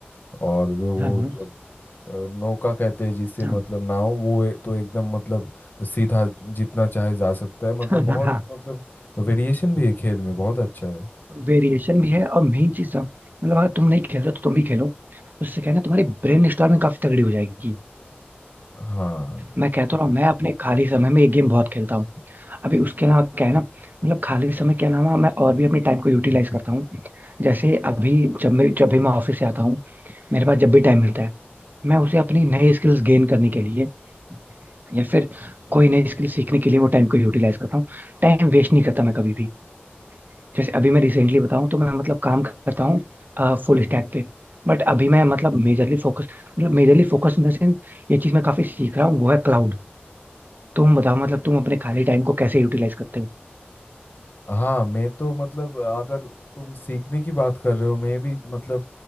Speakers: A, on the left; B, on the right.
A: और वे वो
B: हाँ
A: जब अ, नौका कहते हैं जिसे
B: हाँ
A: मतलब नाव वो ए- तो एकदम मतलब सीधा जितना चाहे जा सकता है मतलब
B: हाँ
A: बहुत मतलब वेरिएशन भी है खेल में बहुत अच्छा है
B: वेरिएशन भी है और मेन चीज सब मतलब अगर तुम नहीं खेल रहे हो तो तुम भी खेलो उससे क्या है ना तुम्हारी ब्रेन स्टॉर्मिंग काफी तगड़ी हो जाएगी
A: हाँ
B: मैं कहता रहा हूँ मैं अपने खाली समय में ये गेम बहुत खेलता हूँ अभी उसके अलावा क्या है ना मतलब खाली समय के अलावा मैं और भी अपने टाइम को यूटिलाइज करता हूँ जैसे अभी जब मैं जब भी मैं ऑफिस से आता हूँ मेरे पास जब भी टाइम मिलता है मैं उसे अपनी नई स्किल्स गेन करने के लिए या फिर कोई नई स्किल सीखने के लिए वो टाइम को यूटिलाइज करता हूँ टाइम वेस्ट नहीं करता मैं कभी भी जैसे अभी मैं रिसेंटली बताऊं तो मैं मतलब काम करता हूँ फुल स्टैक पे बट अभी मैं मतलब मेजरली फोकस मतलब majorly focus in the sense ये चीज मैं काफी सीख रहा हूँ वो है क्लाउड तुम बताओ मतलब तुम अपने खाली टाइम को कैसे यूटिलाइज करते हो
A: हाँ मैं तो मतलब अगर तुम सीखने की बात कर रहे हो मैं भी मतलब